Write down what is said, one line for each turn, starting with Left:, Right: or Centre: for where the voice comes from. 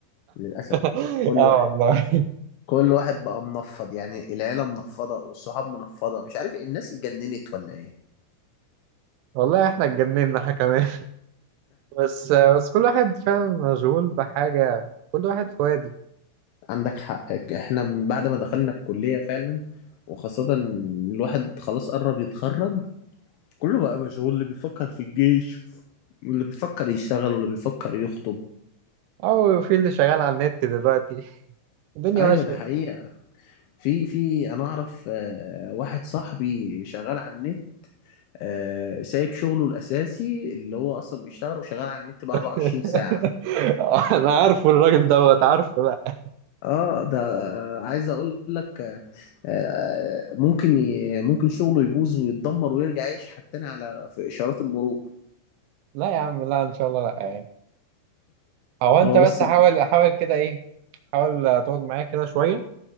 Left: للاسف
Right: <laughs>
Left: كل
Right: اه
Left: واحد
Right: والله
Left: كل واحد بقى منفض يعني العيلة منفضة والصحاب منفضة مش عارف الناس اتجننت ولا ايه
Right: والله احنا اتجننا احنا كمان بس بس كل واحد فعلا مشغول بحاجة كل واحد في وادي
Left: عندك حق احنا من بعد ما دخلنا الكلية فعلا وخاصة إن الواحد خلاص قرب يتخرج كله بقى مشغول اللي بيفكر في الجيش واللي بيفكر يشتغل واللي بيفكر يخطب
Right: او في اللي شغال على النت دلوقتي الدنيا
Left: ايوه
Right: ماشية
Left: ده حقيقة في في انا اعرف آه، واحد صاحبي شغال على النت آه، سايب شغله الاساسي اللي هو اصلا بيشتغل وشغال على النت ب 24
Right: <laughs>
Left: ساعة
Right: انا عارفه الراجل دوت عارفه لا
Left: اه ده آه، عايز اقول لك آه، آه، ممكن ي... ممكن شغله يبوظ ويتدمر ويرجع يشحت تاني على في اشارات المرور
Right: لا يا عم لا ان شاء الله لا يعني هو انت
Left: هو
Right: بس
Left: بس
Right: حاول حاول كده ايه حاول تقعد معايا كده شوية